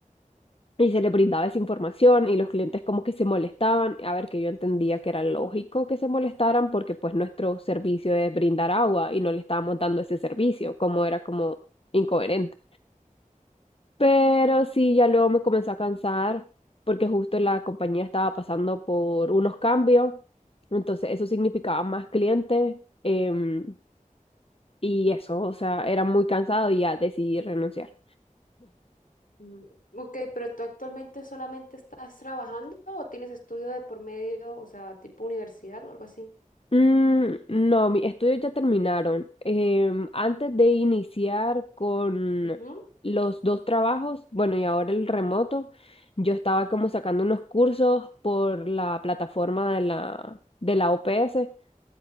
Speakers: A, on the left; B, on the left.
A: y se le brindaba esa información y los clientes como que se molestaban, a ver, que yo entendía que era lógico que se molestaran porque pues nuestro servicio es brindar agua y no le estábamos dando ese servicio, como era como incoherente. Pero sí, ya luego me comenzó a cansar porque justo la compañía estaba pasando por unos cambios. Entonces eso significaba más clientes em, y eso, o sea, era muy cansado y ya decidí renunciar.
B: Mm, Ok, pero tú actualmente solamente estás trabajando o tienes estudio de por medio, o sea, tipo universidad o algo así.
A: Mm, no, mis estudios ya terminaron. Em, antes de iniciar con
B: Ujú.
A: los dos trabajos, bueno, y ahora el remoto, yo estaba como sacando unos cursos por la plataforma de la, de la OPS.